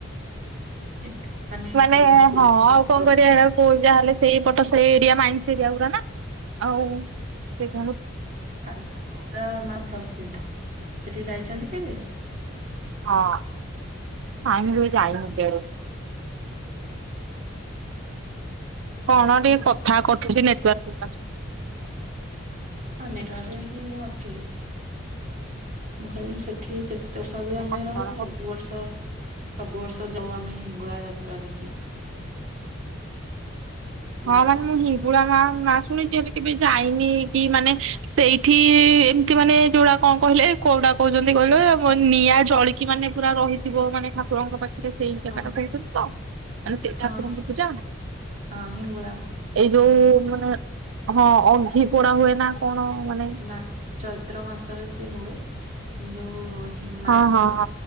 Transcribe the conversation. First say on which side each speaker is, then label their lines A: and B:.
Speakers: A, on the right; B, on the right.
A: ଏତେ
B: ମାନେ
A: ଗୁଣ୍ଡ
B: ହଁ
A: ଉଡୁଛି
B: ଆଉ କଣ
A: କୋଇଲା
B: କରିବା? ଏରାକୁ ଯାହାହଲେ ସେଇପଟ ସେଇ ଏରିଆ ମାଇନ୍ ଏରିଆ ଗୁରା ନା ଆଉ ସେ
A: ଦୁର୍ଗା ମା ପ୍ରସିଦ୍ଧ ସେଠି ଯାଇଛନ୍ତି କେବେ?
B: ହଁ ନାଇଁ ମୁଁ କେବେ ଯାଇନି ସିଆଡେ। କଣ
A: ସେଠି
B: ଟିକେ କଥା କଟୁଛି ନେଟୱର୍କ
A: ହଁ ନେଟ ରେ ହିଁ ମୁଁ ଆଛି <unintelligible> ମୁଁ କହିଲି ସେଠି ଯେତେ ବର୍ଷ ବି ଆମେ
B: ଆସୁନୁ।
A: ରହିଚୁ ସବୁ ବର୍ଷ ସବୁ ବର୍ଷ ଯାଉ ଆମେ ହିଙ୍ଗୁଳା ଯାତ୍ରା ଦେଖି।
B: ହଁ
A: ମାଙ୍କ
B: ମାନେ ମୁଁ ବୁଢା ମା ମା ଶୁଣିଛି ହେଲେ କେବେ ଯାଇନି କି ମାନେ ସେଇଠି ଏମିତି ମାନେ ଯୋଡା କଣ କହିଲେ କୋଉଟା କହୁଛନ୍ତି କହିଲ ନିଆଁ ଜଳିକି ମାନେ ପୁରା ରହିଥିବ ମାନେ ଠାକୁରଙ୍କ ପାଖରେ। ସେଇ ଇ
A: ହଁ
B: କଟ ଖେଛନ୍ତି ତ ମାନେ ସେଇ
A: ହଁ
B: ଠାକୁରଙ୍କର ପୂଜା।
A: ହଁ ହିଙ୍ଗୁଳାଙ୍କ।
B: ଏଇ ଯୋଉ ମାନେ ହଁ ଅଘି ପୋଡା ହୁଏ ନା କଣ ମାନେ?
A: ନା ଚୈତ୍ର ମାସରେ ସେ ହୁଏ ଯୋଉ ହି ମାଙ୍କର।
B: ହଁ ହଁ